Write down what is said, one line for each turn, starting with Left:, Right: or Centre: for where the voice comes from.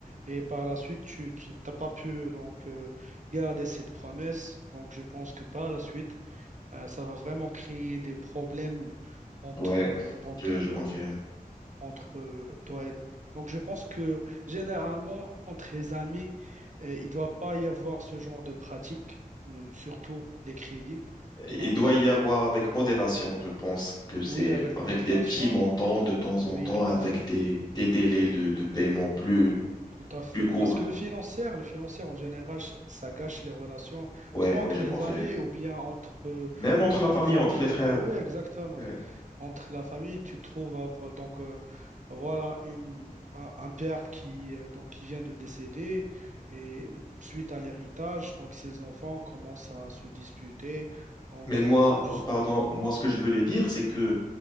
Right: et par la suite, tu tu- t'as pas pu donc euh, garder cette promesse. Donc, je pense que par la suite, euh, ça va vraiment créer des problèmes entre,
Left: Ouais,
Right: euh, entre,
Left: je, je
Right: euh,
Left: confirme.
Right: entre euh, toi et... Donc je pense que généralement, entre les amis, euh, il ne doit pas y avoir ce genre de pratique, euh, surtout les crédits.
Left: Et
Right: Donc
Left: Il doit y
Right: euh,
Left: avoir avec modération, je pense que c'est
Right: oui, avec
Left: avec
Right: modération,
Left: des petits montants de temps
Right: oui,
Left: en temps,
Right: tout
Left: avec
Right: à fait.
Left: des, des délais de, de paiement plus,
Right: Tout à fait.
Left: plus courts.
Right: Parce que le financier, le financier en général, ch- ça gâche les relations,
Left: Ouais,
Right: soit entre
Left: ouais, je
Right: les
Left: confirme.
Right: amis ou bien entre, euh,
Left: Même entre
Right: entre
Left: la famille,
Right: la famille.
Left: entre les frères.
Right: Oui, exactement.
Left: Ouais.
Right: Entre la famille, tu trouves av- donc euh, voilà une- un, un père qui euh, donc qui vient de décéder et suite à l'héritage, donc ses enfants commencent à se disputer. Donc
Left: Mais moi,
Right: euh, juste
Left: pardon, moi, ce que je voulais dire, c'est que